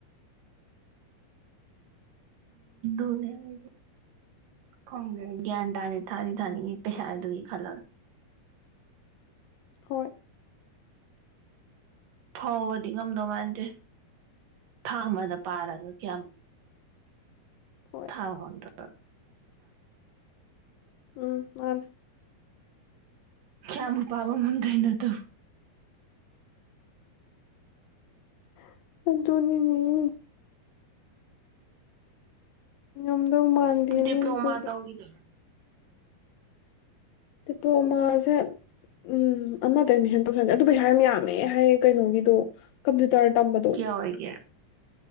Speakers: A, on the right; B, on the left.
A: ꯎꯝꯅꯦꯁꯦ ꯐꯣꯡꯗ ꯒ꯭ꯌꯥꯟ ꯇꯥꯗꯤ ꯊꯥꯗꯤ ꯊꯥꯅꯤꯡꯉ ꯄꯩꯁꯥ ꯑꯗꯨꯒꯤ ꯈꯜꯂꯒ
B: ꯍꯣꯏ
A: ꯐꯥꯎꯕꯗꯤ ꯉꯝꯗꯧ ꯃꯥꯟꯗꯦ ꯊꯥ ꯑꯃꯗ ꯄꯥꯔꯒ ꯀꯌꯥꯝ
B: ꯍꯣꯏ
A: ꯊꯥꯥꯎꯟꯇ
B: ꯎꯝ ꯃꯥꯂ
A: ꯀꯃꯨ ꯄꯥꯕ ꯃ ꯊꯅꯠꯇꯧ
B: ꯣꯅꯤꯅꯤ ꯈꯝꯗꯧ ꯃꯥꯟꯗꯦꯅꯦ
A: ꯗꯤꯄ꯭ꯂꯣꯃꯥ
B: ꯑꯗꯨꯗꯤ
A: ꯇꯧꯒꯤꯗꯣ
B: ꯇꯦꯄꯣ ꯃꯥꯁꯦ ꯎꯝ ꯑꯃꯗ ꯑꯦꯗꯃꯤꯁꯟ ꯇꯧꯁꯟꯗꯦ ꯑꯗꯨ ꯄꯩꯁꯥ ꯍꯥꯏ ꯌꯥꯝ ꯌꯥꯝꯃꯦ ꯍꯥꯏꯌꯦ ꯀꯩꯅꯣꯒꯤꯗꯣ ꯄ ꯇꯇꯝꯕꯗꯣ
A: ꯀꯌꯥꯑꯣꯏꯒꯦ